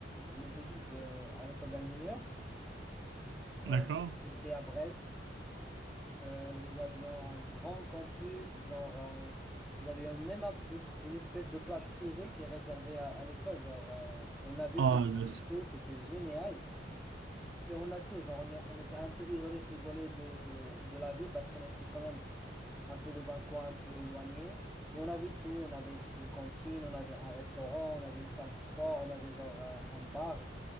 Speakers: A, in the centre; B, on the right (about 75°).
A: les études euh, à l'école d'ingénieur. Euh,
B: D'accord?
A: j'étais à Brest. Euh, nous avions un grand campus, genre, euh, nous avions même un- une, une espèce de plage privée qui est réservée à, à l'école. Genre, euh, on a vu
B: Ah,
A: sur les
B: le-
A: photos, c'était génial. Et on a tout, genre, on, est- on était un peu isolé, isolé de, de la ville parce qu'on était quand même un peu dans un coin un peu éloigné. Mais on avait tout, on avait une cantine, on avait un restaurant, on avait une salle de sport, on avait genre un, un bar.